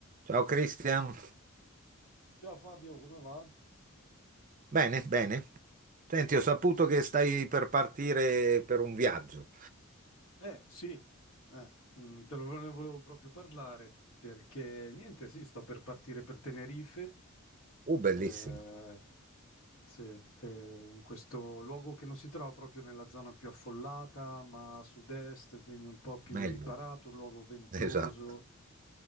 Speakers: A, on the right; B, on the left.
A: Ciao Cristian,
B: Ciao Fabio, come va?
A: bene, bene. Senti, ho saputo che stai per partire per un viaggio.
B: Eh sì, eh, mm, te lo- ne volevo proprio parlare perché niente, sì, sto per partire per Tenerife,
A: Uh, bellissimo,
B: eh, sì, eh, in questo luogo che non si trova proprio nella zona più affollata, ma a sud-est, quindi un po' più
A: meglio,
B: riparato, un luogo ventoso,
A: <laughs> esatto.